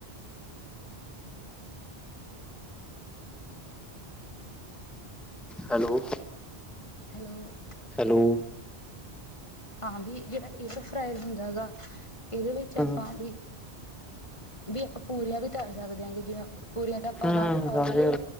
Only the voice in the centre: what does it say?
ਹੈਲੋ
ਹੈਲੋ
ਹੂੰ,
ਹੂੰ
ਸਮਝ ਗਿਆ।